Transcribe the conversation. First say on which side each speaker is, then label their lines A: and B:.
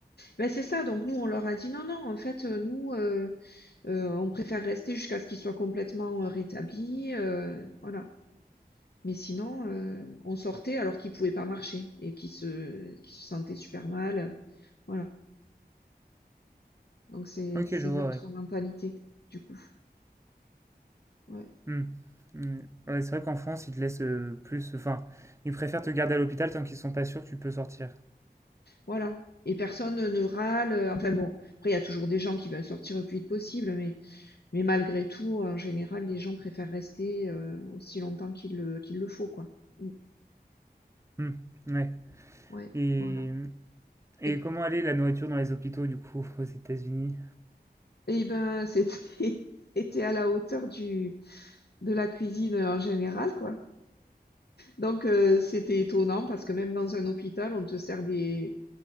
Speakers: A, on the left (about 70°); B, on the right (about 15°).
A: Ben c'est ça, donc nous, on leur a dit: «Non, non, en fait, heu, nous, heu heu, on préfère rester jusqu'à ce qu'il soit complètement, heu, rétabli, heu, voilà». Mais sinon, heu, on sortait alors qu'il pouvait pas marcher et qu'il se qu'il se sentait super mal, voilà. Donc c'est
B: Ok,
A: c'est
B: je vois,
A: une autre
B: ouais.
A: mentalité, du coup. Ouais,
B: Hmm. Hmm. Ouais, c'est vrai qu'en France, ils te laissent euh, plus... Enfin, ils préfèrent te garder à l'hôpital tant qu'ils sont pas sûrs que tu peux sortir.
A: voilà et personne, ne râle, euh, enfin bon, après il y a toujours des gens qui veulent sortir le plus vite possible, mais Mais malgré tout, en général, les gens préfèrent rester, heu, aussi longtemps qu'il le qu'il le faut, quoi. Mmh.
B: Hmm. Ouais.
A: Ouais,
B: Et...
A: voilà.
B: Et
A: Et
B: comment aller la nourriture dans les hôpitaux, du coup, aux États-Unis?
A: et ben, c'était <laughs> c'était à la hauteur du de la cuisine, euh, en général, quoi. Donc heu, c'était étonnant parce que même dans un hôpital, on te sert des